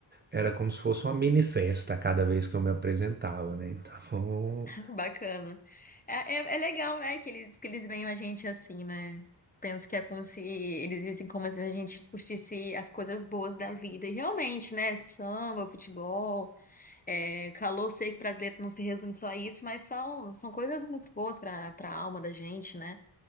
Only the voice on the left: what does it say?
Bacana. É, é, é legal, né, que eles, que eles veem a gente assim, né? Penso que é como se eles dizem como se a gente curtisse as coisas boas da vida. E realmente, né? Samba, futebol, é, calor, sei que brasileiro não se resume só a isso, mas são, são coisas muito boas para para a alma da gente, né?